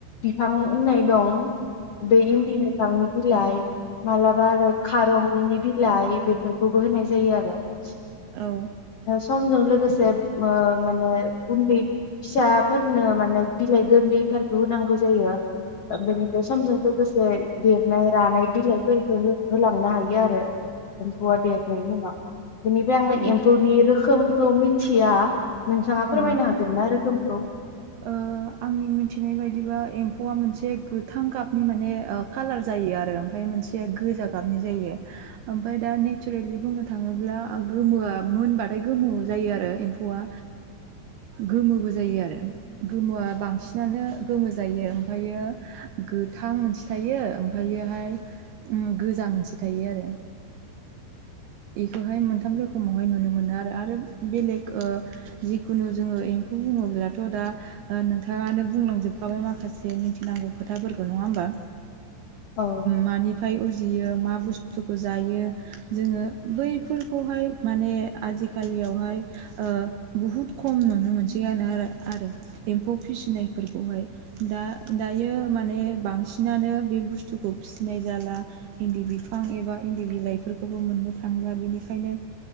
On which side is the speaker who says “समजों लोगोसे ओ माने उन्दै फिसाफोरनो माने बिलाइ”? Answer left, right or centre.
Left